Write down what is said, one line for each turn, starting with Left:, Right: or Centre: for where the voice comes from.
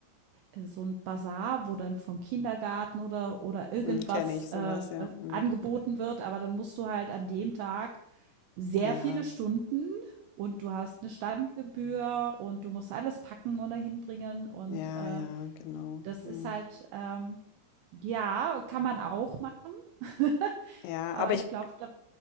Right: äh, äh, so ein Basar, wo dann vom Kindergarten oder, oder irgendwas
Left: mhm, kenne ich sowas,
Right: äh,
Left: ja. Mhm.
Right: angeboten wird, aber dann musst du halt an dem Tag sehr
Left: Ja,
Right: viele Stunden und du hast eine Standgebühr und du musst alles packen oder hinbringen und
Left: ja,
Right: äh,
Left: ja, genau.
Right: das
Left: Mhm.
Right: ist halt ähm, ja, kann man auch machen. <laughs>
Left: Ja,
Right: Aber
Left: aber
Right: ich
Left: ich
Right: glaube, da